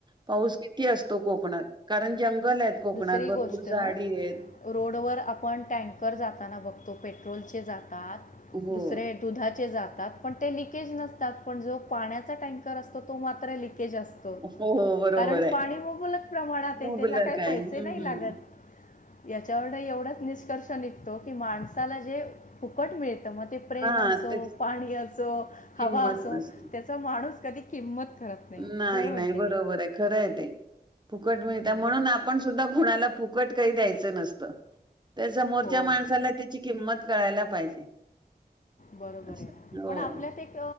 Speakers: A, on the right; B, on the left.
A: पाऊस किती असतो कोकणात कारण आहेत कोकणात
B: दुसरी
A: भरपूर
B: गोष्ट
A: झाडी आहेत.
B: रोडवर आपण टँकर जात जाताना बघतो पेट्रोलचे जातात
A: हो
B: दुसरे दुधाचे जातात पण ते लकेज नसतात पण जो पाण्याचा टँ तो्र तो मात्र लिकेज असतो
A: हो हो बरोबर
B: कारण
A: आहे.
B: पाणी मुबलक प्रमाणात हे
A: मुबलक
B: त्याला काही
A: आहे
B: पैसे
A: हम्म
B: नाही लागत याच्यावर एवढाच निष्कर्ष निघतो की माणसाला जे फुकट मिळतं म ते प्रेम
A: हा
B: असो
A: त्याची
B: पाणी असो हवा
A: किंमत
B: असो
A: नसते.
B: त्याचा माणूस कधी किंमत करत
A: नाही
B: बरोबर
A: नाही
B: की
A: बरोबर आहे खरंय ते फुकट मिळत
B: हम्म.
A: म्हणून आपण सुद्धा ु फु का द्यायच नत त्या सो
B: हो
A: माणला त्या क कळायला पाहिजे
B: बरोबर
A: असं
B: आहे
A: हो
B: पण आपल्यात एक